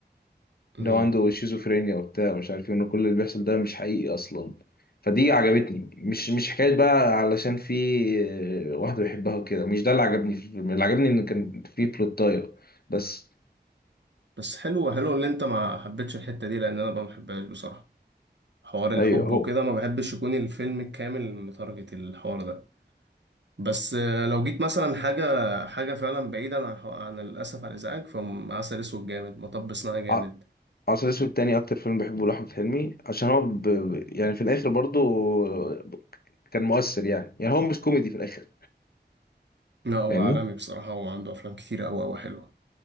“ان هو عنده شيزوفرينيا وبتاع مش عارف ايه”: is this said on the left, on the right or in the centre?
Left